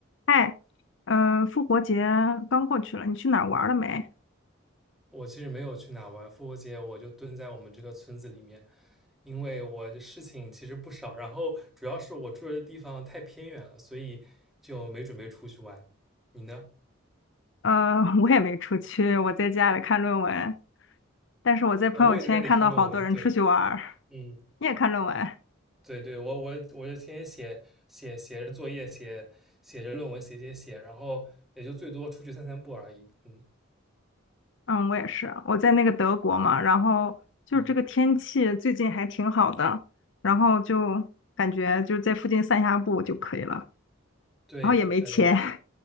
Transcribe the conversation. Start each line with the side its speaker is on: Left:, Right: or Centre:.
Left: 嗨，呃，复活节刚过去了，你去哪儿玩了没？
Centre: 我其实没有去哪玩，复活节我就蹲在我们这个村子里面，因为我的事情其实不少，然后主要是我住的地方太偏远了，所以就没准备出去玩。你呢？
Left: 呃，<laughs> 我也没出去，我在家里看论文。但是我在朋友圈看到好多人出去玩儿，
Centre: 呃，我也在家里看论文，对，嗯，
Left: 你也看论文？
Centre: 对对，我我我就天天写写写着作业，写写着论文，写写写，然后也就最多出去散散步而已，嗯。
Left: 嗯，我也是，我在那个德国嘛，然后就是这个天气最近还挺好的，
Centre: 嗯，
Left: 然后就感觉就在附近散下步就可以了，
Centre: 对，
Left: 然后也没钱。
Centre: 嗯
Left: <laughs>